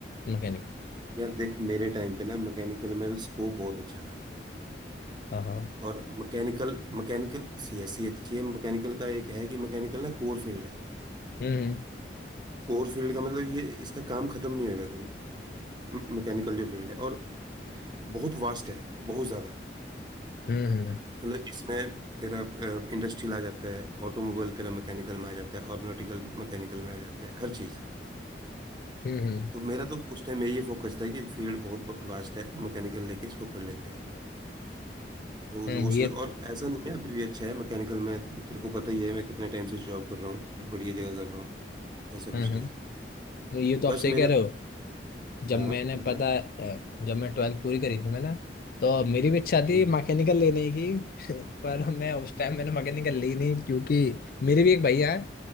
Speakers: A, on the left; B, on the right.
A: मैकेनिकल
B: यार देख मेरे टाइम पे ना मैकेनिकल में स्कोप बहुत अच्छा था
A: हाँ हाँ
B: और mechanical mechanical C S C अच्छी है मैकेनिकल का एक है कि मैकेनिकल ना कोर फील्ड है
A: हम्म
B: कोर फील्ड का मतलब ये इसका काम खत्म नहीं होगा कभी मैकेनिकल जो फील्ड है और बहुत वास्ट है बहुत ज़्यादा
A: हम्म हम्म
B: मतलब इसमें तेरा इंडस्ट्रियल आ जाता है ऑटोमोबाइल तेरा मैकेनिकल में आ जाता है ऑर्गेनाइटिकल मैकेनिकल में आ जाता है हर चीज़
A: हम्म हम्म,
B: तो मेरा तो उस टाइम में ये फोकस था कि फील्ड बहुत वास्ट है तो मैकेनिकल लेके इसको कर लेते हैं तो
A: हम्म,
B: वो वो सोच
A: ये
B: और ऐसा नहीं है अभी भी अच्छा है मैकेनिकल में तेरे को पता ही है मैं कितने टाइम से जॉब कर रहा हूँ और बढ़िया जगह कर रहा हूँ ऐसा कुछ
A: हम्म
B: नहीं
A: हम्म
B: है
A: ये तो आप
B: बस
A: सही
B: मेरा
A: कह रहे हो जब
B: हाँ
A: मैंने
B: बता
A: पता अ, जब मैं ट्वेल्थ पूरी करी थी मैंने तो मेरी भी इच्छा थी
B: हम्म
A: मैकेनिकल लेने की <laughs> पर मैं उस टाइम मैंने मैकेनिकल ली नहीं क्योंकि मेरे भी एक भैया है